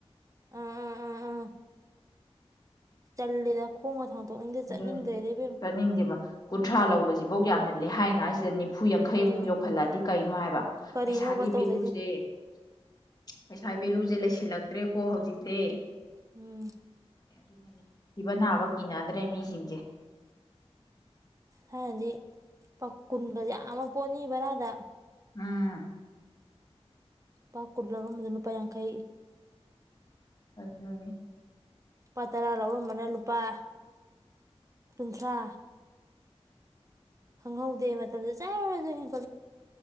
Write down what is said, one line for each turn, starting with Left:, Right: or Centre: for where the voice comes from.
Right: ꯑꯥ ꯑꯥ ꯑꯥ ꯑꯥ ꯆꯂꯗ ꯈꯣꯡ ꯊꯥꯡꯗꯣꯛꯅꯤꯡꯗꯦ ꯆꯠꯅꯤꯡꯗꯦ
Left: ꯑꯗꯨꯅꯤ
Right: ꯔꯦꯕꯦꯝ
Left: ꯆꯥꯅꯤꯡꯗꯦꯕ ꯀꯨꯟꯊ꯭ꯔꯥ ꯂꯧꯕꯁꯤꯐꯧ ꯌꯥꯝꯃꯜꯂꯦ ꯍꯥꯏꯉꯥꯏꯁꯤꯗꯅꯤ ꯍꯐꯨ ꯌꯥꯡꯈꯩꯃꯨꯛ
Right: ꯑꯗꯨꯅꯦ
Left: ꯌꯣꯛꯈꯠꯂꯛꯑꯗꯤ ꯀꯩꯅꯣ ꯍꯥꯏꯕ
Right: ꯀꯔꯤꯅꯣꯕ
Left: ꯄꯩꯁꯥꯒꯤ
Right: ꯇꯧꯗꯣꯏꯁꯦ
Left: ꯚꯦꯂꯨꯁꯦ ꯄꯩꯁꯥ ꯚꯦꯂꯨꯁꯦ ꯂꯩꯁꯤꯜꯂꯛꯇ꯭ꯔꯦꯀꯣ ꯍꯧꯖꯤꯛꯁꯦ
Right: ꯎꯝ
Left: ꯊꯕꯅꯥꯕ ꯀꯅꯗ꯭ꯔ ꯔꯦꯃꯤꯁꯤꯡꯁꯦ
Right: ꯍꯥꯏꯅꯗꯤ ꯄ ꯀꯨꯟꯒꯁꯦ ꯌꯥꯝ ꯑꯃ ꯄꯣꯅꯤ ꯕꯔꯥꯗ
Left: ꯎꯝ
Right: ꯄꯥ ꯀꯔꯂꯅꯣ ꯃꯗꯨꯅ ꯄꯡꯈ
Left: ꯑꯗꯨꯅꯦ
Right: ꯂꯨꯄꯥ ꯇꯔꯥ ꯂꯧꯔꯝꯕꯅ ꯂꯨꯄꯥ ꯀꯨꯟꯊ꯭ꯔꯥ ꯈꯪꯍꯧꯗꯦ ꯃꯇꯝꯗ ꯆꯥꯨꯔꯁꯨ